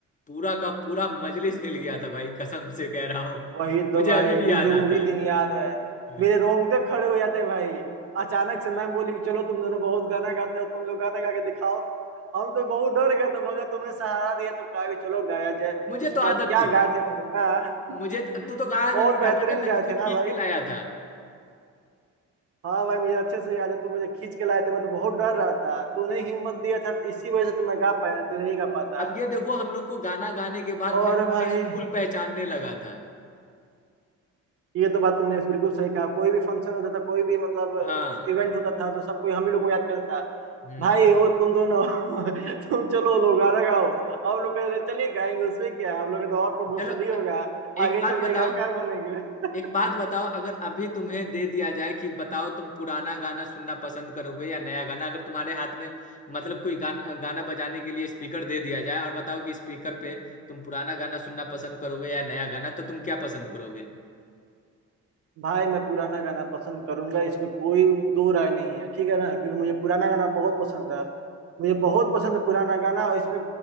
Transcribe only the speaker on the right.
वही
तो
भाई
मुझे
वो
भी दिन याद है
मेरे रोंगटे खड़े हो जाते भाई अचानक से मैम बोली कि चलो तुम दोनों बहुत गाना गाते हो तुम लोग गाना गा के दिखाओ हम तो बहुत डर गए थे मगर तुमने सहारा दिया तो कहा कि चलो गाया जाए
उसके
बाद क्या
गाए थे हम लोग ना <laughs>
बहुत
बेहतरीन
गाए
थे ना
भाई
हाँ भाई मुझे अच्छे से याद है तुम मुझे खींच के लाए थे मैं तो बहुत डर रहा था तूने हिम्मत दिया था तो इसी वजह से तो मैं गा पाया नहीं तो नहीं गा पाता
और
भाई
ये तो बात तुमने बिल्कुल सही कहा कोई भी फंक्शन होता था कोई भी मतलब
इवेंट होता था तो सब कोई हम ही लोग को याद करता था
भाई ओ तुम दोनों <laughs> तुम चलो लोग गाना गाओ हम लोग कहते थे, चलिए गाएंगे उसमें क्या है? हम लोग का तो और प्रमोशन
ही होगा आगे
चल
के गायकार बनेंगे <laughs>
भाई मैं पुराना गाना पसंद करूंगा इसमें कोई दो राय नहीं है ठीक है ना क्योंकि मुझे पुराना गाना बहुत पसंद है मुझे बहुत पसंद है पुराना गाना और इसमें